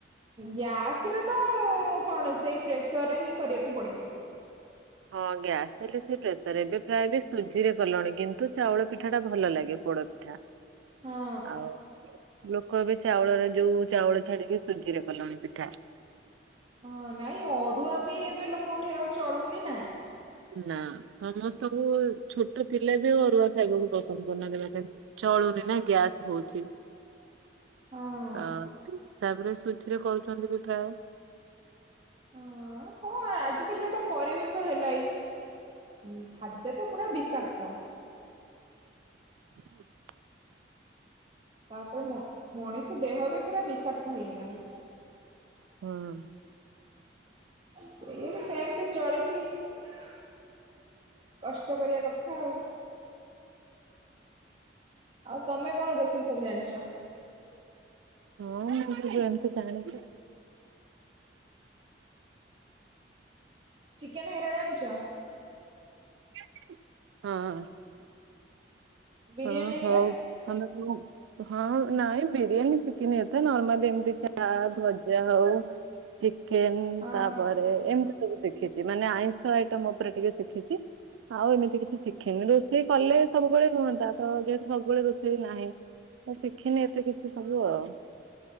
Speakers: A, on the right; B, on the right.
A: ଗ୍ୟାସରେ ତ କଣ ସେଇ ପ୍ରେସରରେ ହିଁ କରିବାକୁ ପଡିବ।
B: ହଁ ଗ୍ୟାସ ହେଲେ ପ୍ରେସର୍ ଏବେ ପ୍ରାୟ ବି ସୁଜିରେ କଲଣି କିନ୍ତୁ ଚାଉଳ ପିଠାଟା ଭଲ ଲାଗେ ପୋଡ଼ ପିଠା।
A: ହଁ
B: ଆଉ <inaudible> ଲ କହିବେ ଚାଉଳରେ ଯୋଉ ଚାଉଳ ଛାଡିକି ସୁଜିରେ କଲଣି ପିଠା।
A: ହଁ ନାଇଁ ଅରୁଆ ବି ଏବେ ଲୋକଙ୍କଠେଇଆ ଆାଉ ଚଳୁନି ନା।
B: ନା ସମସ୍ତଙ୍କୁ ଛୋଟ ପିଲା ବି ଅରୁଆ ଖାଇବାକୁ ପସନ୍ଦ କରୁନାହାନ୍ତି ମାନେ ଚଳୁନି ନା ଗ୍ୟାସ ହୋଉଚି। <inaudible>
A: ହଁ
B: ଅ ତାପରେ ସୁ ସେଥିରେ କରହୁଛନ୍ତି ପିଠା। <inaudible>
A: ହଁ କଣ ଆଜିକାଲି ଯେନ୍ତା ପରିବେଶ ହେଲାଇ <inaudible> ଖାଦ୍ୟ ତ ପୁରା ବିଷାକ୍ତ।
B: <inaudible>
A: ତାପରେ ମ ମଣିଷ ଦେହ ବି ପୁରା ବିଷାକ୍ତ ହେଇଗଲାଣି। <inaudible>
B: ହଁ।
A: ସେୟାବି ସେମିତି ଚଳିକି <inaudible> କଷ୍ଟ କରିବା କଥା ଆଉ <inaudible> ଆଉ ତମେ କଣ ରୋଷେଇ ସବୁ ଜାଣି ଞ୍ଚ <inaudible>
B: ହଁ ମୁଁ ସେ ଯେମିତି ଜାଣିଛି। <inaudible>
A: ଚିକେନେ ହେରାଜଣିଚ? <inaudible>
B: <inaudible> ହଁ।
A: ବିରିୟାନୀ
B: ହଁ ହଉ
A: ହେଇରା
B: ତମେ ହଁ ନାଇଁ ବିରିୟାନୀ ଶିଖିନି ତ ନର୍ମାଲି ଏମିତି ଚା ଭଜା ହଉ ଚିକେନ
A: ହଁ
B: ତାପରେ
A: ହଁ
B: ଏମିତି ସବୁ ଶିଖିଛି ମାନେ ଆଇଁଷ ଆଇଟମ ଉପରେ ଟିକେ ଶିଖିଚି ଆଉ ଏମିତି କିଛି ଶିଖିନି ରୋଷେଇ କଲେ ସବୁବେଳେ ହୁଅ ତା ତ ଯେହେତୁ ସବୁବେଳେ ରୋଷେଇ ନାହିଁ ତ ଶିଖିନି ଏତେ କିଛି ସବୁ ଆଉ।